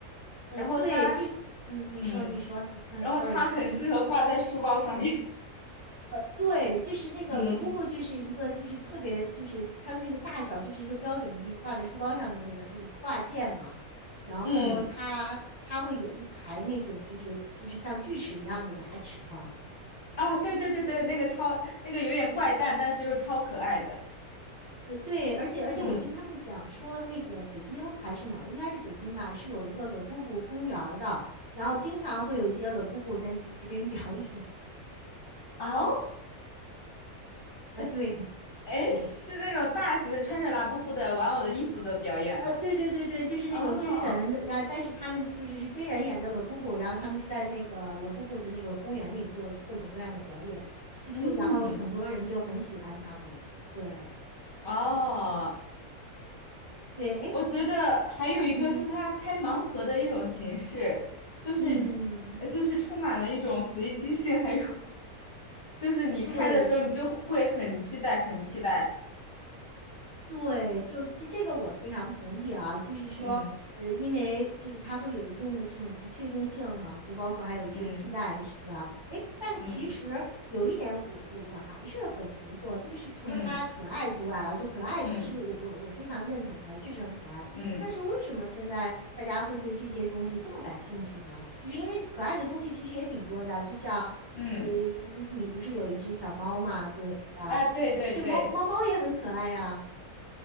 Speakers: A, on the right (about 30°); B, on the left (about 45°).
A: 呃，
B: 然后它，
A: 对，就是嗯，你说你说是嗯，sorry，
B: 嗯，然后它很适合挂在书包上面，
A: 嗯。呃，对，就是那个
B: <laughs> 嗯
A: l 布布就是一个就是特别就是它的那个大小，就是一个标准的那个挂在书包上的那个那个挂件嘛。然后它它会有一排那种就是就是像锯齿一样的牙齿哈，
B: 嗯。啊，对对对对，那个超那个有点怪诞，但是又超可爱的。
A: 呃，对，而且而且我听他们讲说，
B: 嗯，
A: 那个北京还是哪儿，应该是北京吧，是有一个 l 布布公园儿的，然后经常会有一些 l 布布在那边表演。
B: 哦，
A: <laughs> 呃，对
B: 哎，
A: 对，
B: 是那种大型的穿着拉布布的玩偶的衣服的表演吗？
A: 呃，对对对对，就是那种真人的，
B: 哦，
A: 然后但是他们就是是真人演的 l 布布，然后他们就在那个 l 布布的那个公园里做各种各样的表演，就就然后很多人就很喜欢他们。
B: 嗯，
A: 对
B: 哦，
A: 对，哎，
B: 我觉得还有一个是他开盲盒的一种形式，
A: 其嗯嗯
B: 就是
A: 嗯嗯，
B: 呃就是充满了一种随机性，还有就是你开的时候你就会很期待，
A: 对
B: 很期待。
A: 对，就这这个我非常同意啊，就是说，
B: 嗯
A: 呃，因为就是它会有一定的这种不确定性嘛，就包括还有一些期待，
B: 嗯
A: 是吧？诶，但其实有一点我，
B: 嗯
A: 我我还是很疑惑，就是除了它可爱之外啊，
B: 嗯
A: 就可爱是我我我非常认同的，
B: 嗯嗯
A: 确实很可爱。
B: 嗯。
A: 但是为什么现在大家会对这些东西这么感兴趣呢？
B: 嗯
A: 就是因为可爱的东西其实也挺多的，就像，
B: 嗯
A: 呃，你你不是有一只小猫嘛，对吧？
B: 啊，对对对，
A: 呃，就猫猫猫也很可爱呀、